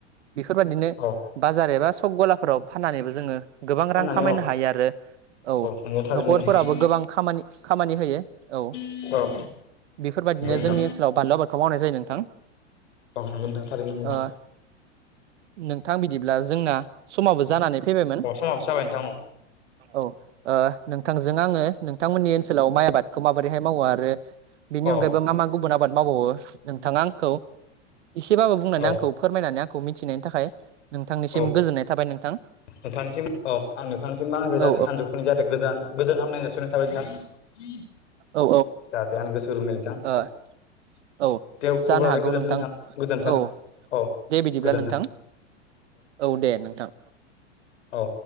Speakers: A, on the right (about 75°); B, on the left (about 75°).
A: बेफोरबायदिनो
B: औ
A: बाजार एबा सक गलाफोराव फाननानैबो जोङो गोबां
B: फाननानै
A: रां खामायनो
B: औ
A: हायो आरो औ
B: नंगौ थारैनो
A: न'खरफोराबो
B: नोंथां औ
A: गोबां खामानि खामानि होयो। औ
B: नंगौ
A: बेफोरबायदिनो
B: नोंथां
A: जोंनि ओनसोलाव बानलु आबादखौ मावनाय जायो नोंथां।
B: <unintelligible>
A: ओ नोंथां बिदिब्ला जोंना समाबो जानानै फैबायमोन।
B: अ समाबो जाबाय नोंथां
A: औ। ओ नोंथांजों आङो नोंथांमोननि ओनसोलाव माइ आबादखौ माबोरैहाय मावो आरो
B: औ
A: बेनि अनगायैबो मा मा गुबुन आबाद मावबावो नोंथाङा आंखौ एसेबाबो बुंनानै
B: औ
A: आंखौ फोरमायनानै आंखौ मिथिनायनि थाखाय, नोंथांनिसिम
B: औ
A: गोजोननाय थाबाय नों
B: नोंथांनिसिम औ आं नोंथांनिसिम आं बे जाहाथे
A: औ
B: सानजौफुनि जाहाथे गोजान-गोजान हामलायनाय जासिहरनाय थाबाय नोंथां। <unintelligible>
A: औ ओ औ
B: दे
A: जानो
B: अब्लालाय
A: हागौ
B: गोजोनथों नोंथां गोजोनथों
A: औ
B: अ
A: दे बिदिब्ला
B: गोजोनथों।
A: नोंथां औ दे नोंथां।
B: औ